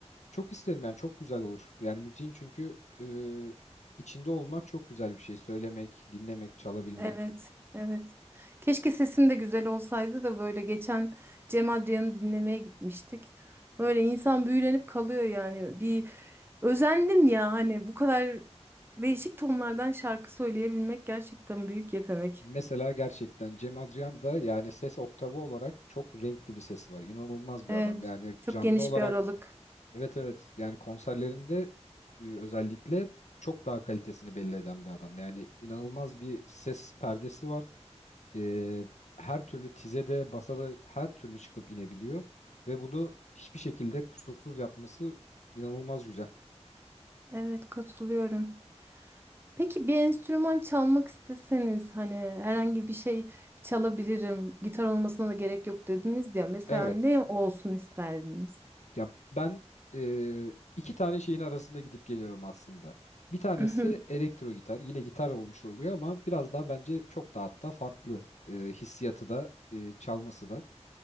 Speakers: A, on the left (about 80°); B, on the right (about 20°).
A: Çok isterim yani çok güzel olur. Yani müziğin çünkü e, içinde olmak çok güzel bir şey. Söylemek, dinlemek, çalabilmek.
B: Evet, evet. Keşke sesim de güzel olsaydı da böyle geçen Cem Adrian'ı dinlemeye gitmiştik. Böyle insan büyülenip kalıyor yani. Bir özendim ya hani bu kadar değişik tonlardan şarkı söyleyebilmek gerçekten büyük yetenek.
A: Mesela gerçekten Cem Adrian da yani ses oktavı olarak çok renkli bir sesi var. İnanılmaz bir
B: Evet,
A: adam. Yani
B: çok
A: canlı
B: geniş
A: olarak
B: bir aralık.
A: evet evet yani konserlerinde e, özellikle çok daha kalitesini belli eden bir adam. Yani inanılmaz bir ses perdesi var. E, her türlü tizede, basada her türlü çıkıp inebiliyor ve bunu hiçbir şekilde kusursuz yapması inanılmaz güzel.
B: Evet, katılıyorum. Peki bir enstrüman çalmak isteseniz hani herhangi bir şey çalabilirim. Gitar olmasına da gerek yok dediniz ya. Mesela
A: Evet.
B: ne olsun isterdiniz?
A: Ya ben eee, iki tane şeyin arasında gidip geliyorum aslında. Bir tanesi
B: <laughs>
A: elektro gitar. Yine gitar olmuş oluyor ama biraz daha bence çok daha hatta farklı eee, hissiyatı da eee, çalması da.